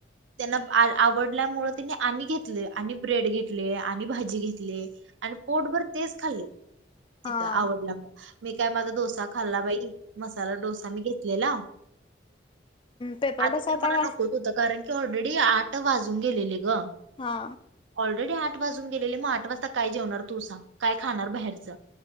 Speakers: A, on the right; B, on the left.
A: त्यांना आवडल्यामुळे त्यांनी आणि घेतले आणि ब्रेड घेतले आणि भाजी घेतले आणि पोटभर तेच खाल्ले
B: हा
A: तिथं आवडलं मुळे काय माझा डोसा खाल्ला बाई मसाला डोसा मी घेतलेला
B: पेपर
A: आधी
B: डोसा
A: तर
B: होता
A: मला
B: काय
A: नकोत होतं कारण ऑलरेडी आठ वाजून गेलेले ग
B: हा
A: ऑलरेडी आठ वाजून गेले मग आठ वाजता काय जेवणार तु काय खाणार बाहेरच